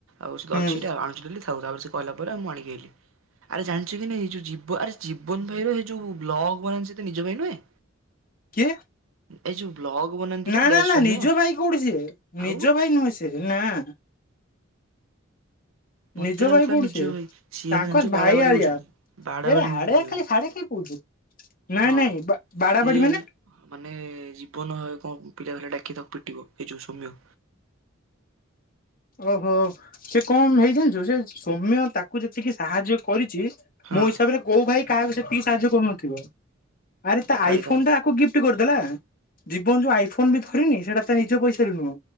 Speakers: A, on the right; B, on the left.
A: ଆଉ ସେତ
B: ହୁଁ
A: ଅଛିଟା ଆଣୁଛି ଡ଼େଲି ଥାଉ ତାପରେ ସେ କହିଲା ପରେ ଆଉ ମୁଁ ଆଣିକି ଆଇଲି, ଆରେ ଜାଣିଛୁ କି ନାଇଁ ଏ ଯୋଉ ଜୀବ ଆରେ ଜୀବନ ଭାଇର ହେ ଯୋଉ ବ୍ଲଗ୍ ବନାନ୍ତି ସେ ତା ନିଜ ଭାଇ ନୁହେଁ?
B: କିଏ?
A: ଏ ଯୋଉ ବ୍ଲଗ ବନାନ୍ତିରେ
B: ନା,
A: ଡ୍ୟାସ
B: ନା, ନା,
A: ସୌମ୍ୟ
B: ନିଜ ଭାଇ କୋଉଠି ସିଏ, ନିଜ
A: ଆଉ
B: ଭାଇ ନୁହେଁ ସେ ନାଁ।
A: ମତେ
B: ନିଜ
A: ଲାଗୁଥିଲା
B: ଭାଇ କୋଉଠି
A: ନିଜ
B: ସିଏ
A: ଭାଇ ସିଏ
B: ତାଙ୍କ
A: ନା ଜାଣିଛ
B: ଭାଇ
A: ବାଡା ବାଡି
B: ଆଳିଆ,
A: ହଉଛନ୍ତି ବାଡା
B: ଏରା
A: ବାଡି ହଉଛନ୍ତି
B: ଆଡେ ଆ
A: ଏବେ
B: ଖାଲି ସାଡେ କି କହୁଥିଲି, ନାଇଁ
A: ହଁ
B: ନାଇଁ ବା ବାଡ଼ାବାଡି
A: ସିଏ
B: ମାନେ?
A: ମାନେ ଜୀବନ ହ କଣ ପିଲା ଫିଲା ଡାକି ତାକୁ ପିଟିବ ଏଇ ଯୋଉ ସୌମ୍ୟ।
B: ଓହୋ, ସେ କଣ ହେଇଚି ଜାଣିଛୁ ସେ ସୌମ୍ୟ ତାକୁ ଯେତିକି ସାହାଯ୍ୟ କରିଛି
A: ହଁ
B: ମୋ ହିସାବରେ କୋଉ ଭାଇ କାହାକୁ ସେତିକି ସାହାଯ୍ୟ କରୁନଥିବ, ଆରେ ତା
A: କାଳେ
B: ଆଇଫୋନ୍
A: କାଇଁ
B: ଟା ଆକୁ ଗିଫ୍ଟ କରିଦେଲା, ଜୀବନ ଯୋଉ ଆଇଫୋନ୍ ବି ଧରିନି ସେଇଟା ତା ନିଜ ପଇସାରେ ନୁହଁ।